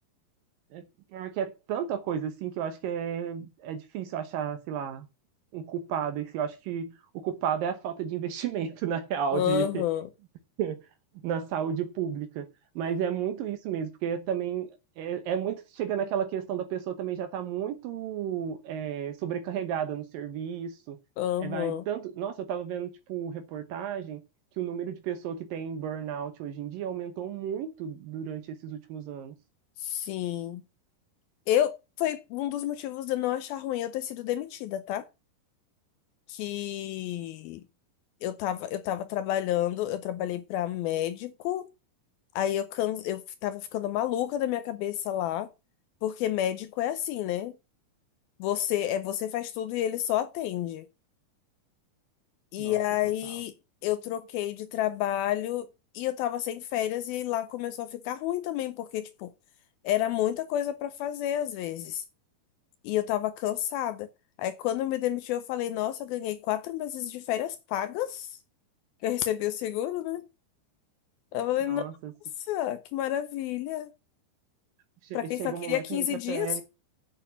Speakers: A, on the right; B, on the left.
A: É porque é tanta coisa assim que eu acho que é, é difícil achar, sei lá, um culpado. E se eu acho que o culpado é a falta de investimento, <laughs> na real,
B: Aham,
A: de, <laughs> na saúde pública. Mas é muito isso mesmo, porque também é, é muito chega naquela questão da pessoa também já está muito é, sobrecarregada no serviço.
B: aham,
A: É, vai tanto. Nossa, eu estava vendo tipo reportagem que o número de pessoa que tem burnout hoje em dia aumentou muito durante esses últimos anos.
B: sim. Eu, foi um dos motivos de eu não achar ruim eu ter sido demitida, tá? Que Eu tava, eu tava trabalhando, eu trabalhei pra médico, aí eu, can... eu tava ficando maluca da minha cabeça lá, porque médico é assim, né? Você é você faz tudo e ele só atende. E
A: Nossa,
B: aí
A: total.
B: eu troquei de trabalho e eu tava sem férias e lá começou a ficar ruim também, porque tipo, era muita coisa pra fazer às vezes. E eu tava cansada. Aí quando eu me demiti, eu falei, nossa, eu ganhei quatro meses de férias pagas, que eu recebi o seguro, né? Eu falei,
A: Nossa,
B: nossa,
A: assim,
B: que maravilha.
A: che-
B: Pra quem
A: chega
B: só queria
A: um momento
B: 15
A: que a gente até.
B: dias?